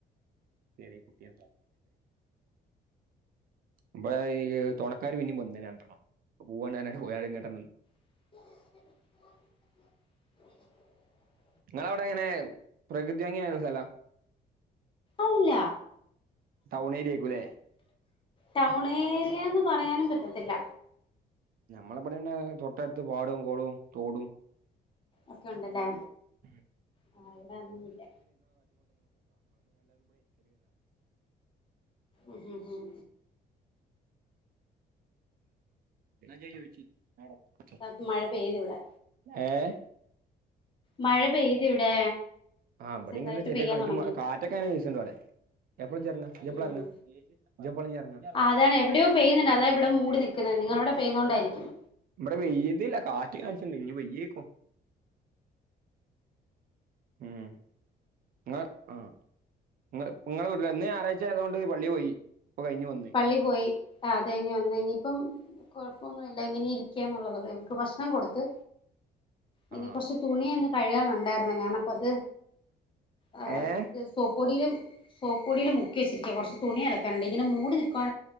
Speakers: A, on the right (about 60°); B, on the left (about 30°).
A: ചെറിയ കുട്ടിയ ഇമ്മ ഈ തുണക്കാാര് പിന്ന പോന്നണം പോവൻ ഞാന പോങ്ങട്ട
B: <unintelligible>
A: നിങ്ങവിടെ എങ്ങനെ പ്രകൃതി ഭംഗിയുള്ള സ്ഥലാ
B: അല്ല
A: ടൗൺ ഏരിയ ആയിരിക്കൂല്ലേ
B: ടൗൺ ഏരിയ എന്ന് പറയാനും പറ്റത്തില്ല
A: ഞമ്മളെവിടെ പിന്നെ തൊട്ടടുത്ത് പാടവും കുളവും തോടും
B: ഒക്കെ ഉണ്ടല്ലേ
A: <unintelligible>
B: ആഹ് ഇവിടെ അതൊന്നുല്ല ഉം ഉം
A: <unintelligible>
B: ഉം മഴ പെയ്ത് ഇവിടെ
A: ഓ ഏ
B: മഴ പെയ്ത് ഇവിടെ
A: ആഹ് ഇബടിം
B: ചെറുതായിട്ട്
A: ഇങ്ങനെ ചെറിയ
B: പെയ്യാൻ
A: കാറ്റും
B: തുടങ്ങി
A: മ കാറ്റൊക്കെ അങ്ങനെ വീശ്ണ്ട് ഇവിടെ ഇയ്യ് എപ്പളാ ഇജ്ജ് എറങ്ങാ ഇയ്യ് എപ്പളാ
B: ഉം
A: എറങ്ങാ ഇജ്ജ് എപ്പളാ ഇഞ്ഞ് എറങ്ങാ
B: അതാണ് എവിടെയോ പെയ്യുന്നുണ്ട് അതാ ഇവിടെ മൂടി നിക്കുന്നത് നിങ്ങളവിടെ പെയ്യുന്നത് കൊണ്ടായിരിക്കും
A: ഇവിടെ പെയ്തില്ല കാറ്റ് കാറ്റടിച്ചുണ്ട് ഇനി പെയ്യും ഇപ്പോ ഉം അ ആ നിങ്ങ നിങ്ങള വീട്ടില ഇന്ന് ഞാറാഴ്ച ആയത് കൊണ്ട് പള്ളി പോയി ഇപ്പൊ കഴിഞ്ഞ് വന്ന്
B: പള്ളി പോയി അത് കഴിഞ്ഞു വന്ന് ഇനിയിപ്പം കൊഴപ്പൊന്നും ഇല്ല എങ്ങനെ ഇരിക്കാന്നുള്ളതള്ളൂ ഇവർക്ക് ഭക്ഷണം കൊടുത്ത് ഇനി
A: ആഹ്
B: കുറച്ച് തുണി ഒന്ന് കഴുകാനുണ്ടായിരുന്ന ഞാനപ്പ അത് ആ
A: ഏഹ്
B: സോപ്പൊടിയിലും സോപ്പൊടിയിലും മുക്കി കുറച്ച് തുണി അലക്കാനുണ്ട് ഇങ്ങനെ മൂടി നിക്കുവാ